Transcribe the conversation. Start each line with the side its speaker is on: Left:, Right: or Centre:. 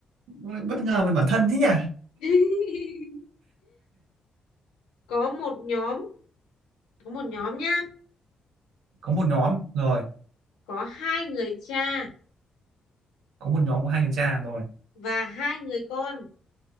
Right: Ôi, bất ngờ về bản thân thế nhỉ
Left: <laughs> có một nhóm có một nhóm nhá
Right: có một nhóm rồi
Left: có hai người cha
Right: có một nhóm của hai người cha rồi
Left: và hai người con